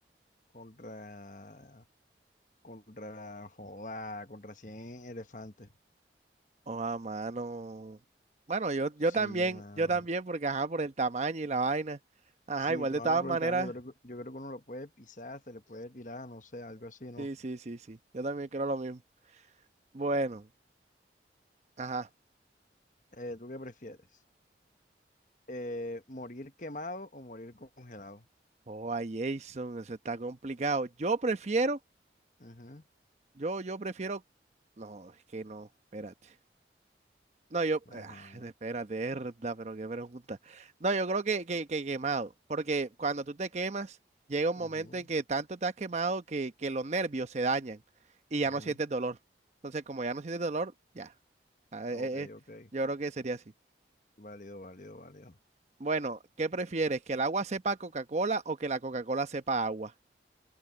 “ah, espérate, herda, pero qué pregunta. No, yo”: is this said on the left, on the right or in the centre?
Right